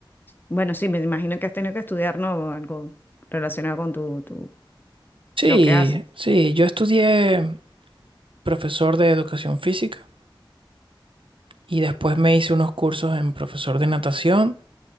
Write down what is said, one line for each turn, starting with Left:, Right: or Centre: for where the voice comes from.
Left: bueno, sí, me imagino que has tenido que estudiar, ¿no? Algo relacionado con tu, tu,
Right: Sí,
Left: lo que haces.
Right: sí, yo estudié profesor de educación física y después me hice unos cursos en profesor de natación,